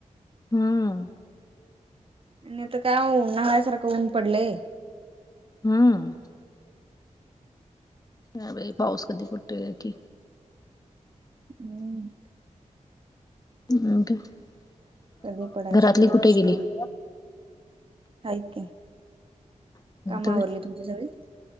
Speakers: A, on the left; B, on the right.
A: हम्म.
B: आणि आता काय होऊन उन्हाळ्यासारखं ऊन पडलंय
A: हम्म. ह पाऊस कधी पडतो का की
B: हम्म
A: <inaudible>
B: कधी पडायचा
A: घरातली
B: पाऊस
A: कुठे गेली?
B: काय
A: <inaudible>
B: माहित आहेत की काम
A: तर.
B: आवरली तुमची सगळी